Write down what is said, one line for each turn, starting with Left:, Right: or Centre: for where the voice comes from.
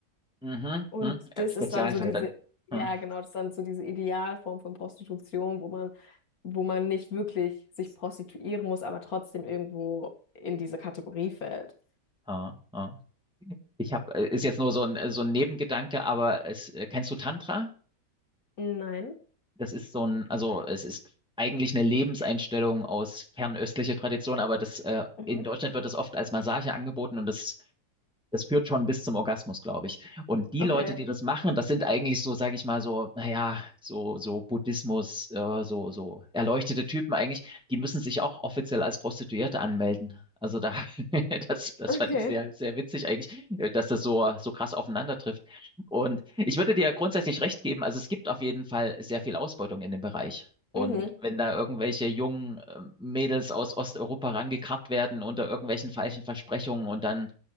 Centre: Mhm,
Left: Und
Centre: mhm. Äh,
Left: das
Centre: Spezialfall
Left: ist dann so diese,
Centre: dann.
Left: ja
Centre: Mhm.
Left: genau, das ist dann so diese Idealform von Prostitution, wo man, wo man nicht wirklich sich prostituieren muss, aber trotzdem irgendwo in diese Kategorie fällt.
Centre: Ah, ah. Ich habe, ist jetzt nur so ein, so ein Nebengedanke, aber es, äh, kennst du Tantra?
Left: Nein.
Centre: Das ist so ein, also es ist eigentlich eine Lebenseinstellung aus fernöstlicher Tradition, aber das, äh,
Left: Mhm.
Centre: in Deutschland wird das oft als Massage angeboten und das das führt schon bis zum Orgasmus, glaube ich. Und die
Left: Okay.
Centre: Leute, die das machen, das sind eigentlich so, sage ich mal, so, naja, so, so Buddhismus, äh, so, so erleuchtete Typen eigentlich, die müssen sich auch offiziell als Prostituierte anmelden. Also da, <laughs> das, das
Left: Okay.
Centre: fand ich sehr, sehr witzig eigentlich, äh, dass das so, so krass aufeinander trifft. Und ich würde dir grundsätzlich recht geben, also es gibt auf jeden Fall sehr viel Ausbeutung in dem Bereich. Und
Left: Mhm.
Centre: wenn da irgendwelche jungen äh, Mädels aus Osteuropa rangekarrt werden unter irgendwelchen falschen Versprechungen und dann